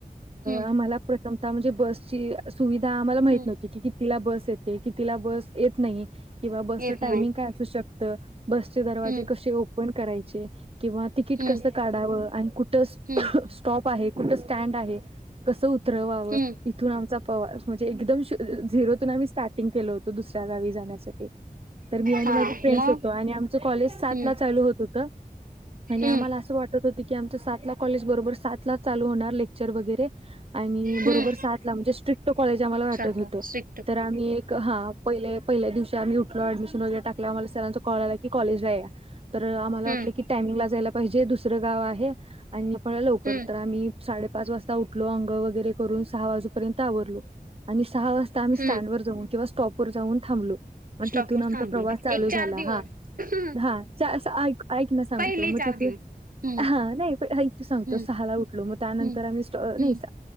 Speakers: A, on the right; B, on the right.
A: हम्म
B: आम्हाला. कमता म्हणजे बसची सुविधा आम्हाला माहित
A: हम्म
B: नव्हती की किती कितीला बस येते कितीला बस येत नाही किंवा बसच
A: येत
B: टायमिंग
A: नाही
B: काय असू शकतं. बसचे दरवाजे
A: हम्म
B: कसे ओपन करायचे किंवा तिकीट
A: हम्म
B: कसं काढावं आणि कुठं
A: हम्म
B: स्टॉप आहे कुठं स्टँड आहे. कसं उतरवावं.
A: हम्म
B: इथून आमचा प्रवास म्हणजे एकदम झिरोतून आम्ही स्टार्टिंग केलं होतो दुसऱ्या गावी जाण्यासाठी. तर मी आणि
A: हा
B: माझे फ्रेंड्स
A: मग
B: होतो आणि आमचं कॉलेज सात
A: हम्म
B: ला चालू होत होतं आणि
A: हम्म
B: आम्हाला असं वाटत तर तीक्या आमचे सात ला कॉलेज बरोबर सातलाच चालू होणार लेक्चर वैगरे. आणि
A: हम्म
B: बरोबर सात ला म्हणजे स्ट्रिक्ट कॉलेज आम्हाला वाटत
A: चला
B: होतं
A: स्ट्रिक्ट
B: तर आम्ही एक हा. पहिले पहिल्या दिवशी आम्ही उठलो ऍडमिशन वगैरे टाकला मला सरा चा कॉल आला की कॉलेज ला या. तर आम्हाला
A: हम्म
B: वाटलं की टायमिंगला जायला पाहिजे दुसरं गाव आहे आणि आपण लवकर
A: हम्म
B: तर आम्ही साडेपाच वाजता उठलो अंगोळ वगैरे करून सहा वाजूपर्यंत आवरलो आणि सहा वाज आम्ही स्टँडवर
A: हम्म
B: जाऊ किंवा स्टॉप वर जाऊन थांबलो. मग
A: स्टॉपवर
B: तिथून आमचा
A: थांबलो
B: प्रवास चालू
A: एक चार
B: झाला
A: दिवस
B: हा
A: हम्म
B: हा. च्या अस ऐक ऐक ना सांगतो
A: पहिले
B: मग
A: चार
B: तिथून
A: दिवस हम्म
B: हा नाही पण ऐक सांगतो
A: हम्म
B: सहाला उठलो मग त्यानंतर
A: हम्म
B: आम्ही स्ट
A: हम्म
B: नाही